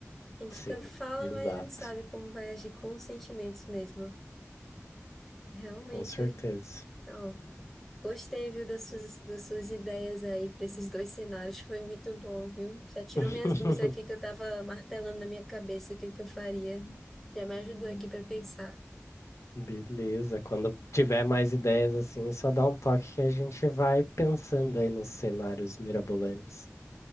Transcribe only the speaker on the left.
sim,
exato,
com certeza.
<laughs>
Beleza, quando tiver mais ideias assim, só dá um toque que a gente vai pensando aí nos cenários mirabolantes.